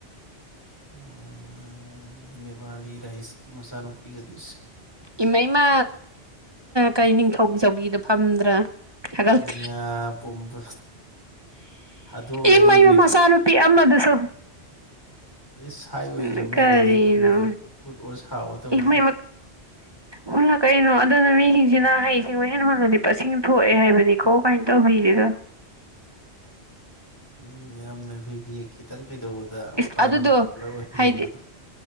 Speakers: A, on the left; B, on the right.
A: ꯑ ꯅꯦꯄꯥꯔꯤ ꯔꯥꯏꯁꯀꯤ ꯃꯆꯥ ꯅꯨꯄꯤꯒꯗꫭ
B: ꯏꯃꯩꯃ
A: ꯍꯥꯏꯅ
B: ꯀꯩ ꯅꯤꯡꯊꯧꯒꯤꯖꯧꯒꯤꯗ ꯐꯝꯗ꯭ꯔꯥ ꯊꯒꯠ
A: ꯗꯨꯅꯤꯌꯥ ꯄꯨꯝꯕ ꯊꯥꯗꯣꯛꯎꯔꯦ
B: ꯏꯃꯩꯃ
A: ꯑꯗꯨꯒ ꯅꯤꯠ
B: ꯃꯆꯥꯅꯨꯄꯤ ꯑꯃꯗꯨꯁꯨ
A: ꯑꯦꯁ ꯍꯥꯏ ꯑꯣꯏꯈ꯭ꯔꯃꯦ
B: ꯎꯝ ꯀꯔꯤꯅꯣ
A: ꯗꯦꯜꯂꯤ ꯇꯝꯕꯤꯗꯣ ꯈꯨꯠ ꯑꯣ ꯁꯥꯑꯣ ꯇꯧꯕꯤꯗꯣ
B: ꯏꯃꯩ ꯍꯟꯅ ꯀꯩꯅꯣ ꯑꯗꯨꯅ ꯃꯤ ꯁꯤꯅ ꯍꯩꯁꯤꯡꯕ ꯍꯦꯟꯃꯂꯗꯤ ꯄꯁꯤꯡ ꯊꯣꯛꯑꯦ ꯍꯥꯏꯕꯅꯤꯀꯣ ꯀꯃꯥꯏꯅ ꯇꯧꯕꯤꯔꯤꯗ
A: ꯎꯝ ꯌꯥꯝꯅ ꯑꯩꯈꯣꯏꯒꯤ ꯈꯤꯇꯪ ꯀꯩꯗꯧꯕꯗ
B: ꯏꯁ
A: ꯐꯥꯗꯅ
B: ꯑꯗꯨꯗꯣ
A: ꯄꯣꯄꯨꯂꯔ ꯑꯣꯏꯍꯟꯅꯤꯡꯕꯗꯣ
B: ꯍꯥꯏꯗꯤ